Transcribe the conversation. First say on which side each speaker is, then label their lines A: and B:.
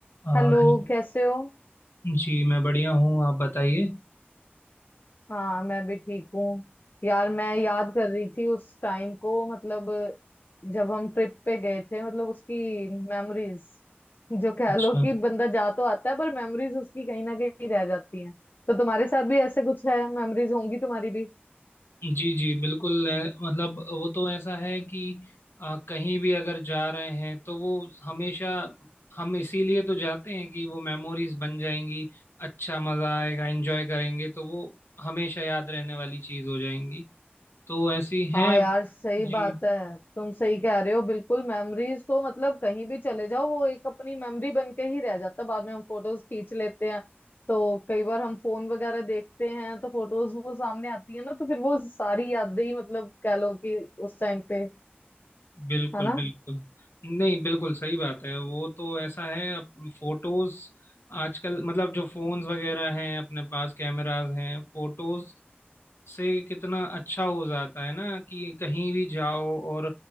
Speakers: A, on the left; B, on the left.
A: आ,
B: हेलो
A: है-
B: कैसे हो
A: जी मैं बढ़िया हूँ आप बताइए
B: हाँ मैं भी ठीक हूँ यार मैं याद कर रही थी उस टाइम को मतलब जब हम ट्रिप पे गए थे मतलब उसकी मेमोरीज जो कह
A: अच्छा
B: लो कि बंदा जा तो आता है पर मेमोरीज उसकी कहीं ना कहीं रह जाती हैं तो तुम्हारे साथ भी ऐसे कुछ है मेमोरीज होंगी तुम्हारी भी
A: जी जी बिल्कुल ए, मतलब वो तो ऐसा है कि आ, कहीं भी अगर जा रहे हैं तो वो हमेशा हम इसीलिए तो जाते हैं कि वो मेमोरीज बन जाएंगी अच्छा मज़ा आएगा एंजॉय करेंगे तो वो हमेशा याद रहने वाली चीज़ हो जाएंगी तो ऐसी
B: हाँ
A: हैं
B: यार सही
A: जी
B: बात है तुम सही कह रहे हो बिल्कुल मेमोरीज तो मतलब कहीं भी चले जाओ वो एक अपनी मेमोरी बन के ही रह जाता है बाद में हम फोटोज खींच लेते हैं तो कई बार हम फोन वगैरह देखते हैं तो फोटोज वो सामने आती है ना तो फिर वो सारी यादें ही मतलब कह लो कि उस टाइम पे
A: बिल्कुल
B: है ना
A: बिल्कुल नहीं बिल्कुल सही बात है वो तो ऐसा है अब फोटोज आजकल मतलब जो फोन्स वगैरह हैं अपने पास कैमरास हैं फोटोज से कितना अच्छा हो जाता है ना कि कहीं भी जाओ और